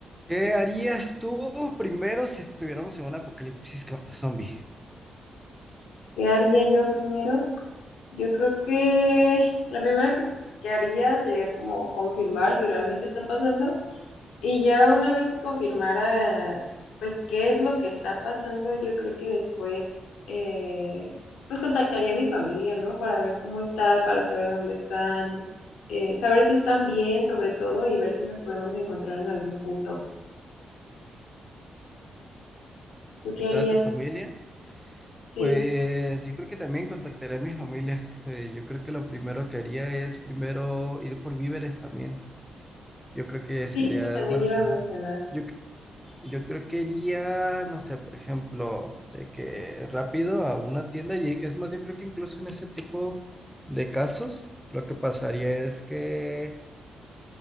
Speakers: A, in the centre; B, on the left (about 80°).
A: ¿Qué harías tú primero si estuviéramos en un apocalipsis co- zombie?
B: ¿Qué haría yo primero? Yo creo que la primera que, s- que haría sería como confirmar si realmente está pasando. Y ya una vez que confirmara, pues, qué es lo que está pasando, yo creo que después, eh, pues, contactaría a mi familia, ¿no? Para ver cómo está, para saber dónde están, eh, saber si están bien, sobre todo, y ver si nos podemos encontrar en algún punto. ¿Tú
A: ¿Contactar
B: qué harías?
A: a tu familia?
B: Sí,
A: Pues yo creo que también contactaré a mi familia. Eh, yo creo que lo primero que haría es primero ir por víveres también. Yo creo que
B: sí,
A: sería
B: eso también
A: una de las
B: iba
A: cosas.
B: a mencionar.
A: Yo, cre- yo creo que iría, no sé, por ejemplo, de que rápido a una tienda y es más, yo creo que incluso en ese tipo de casos, lo que pasaría es que...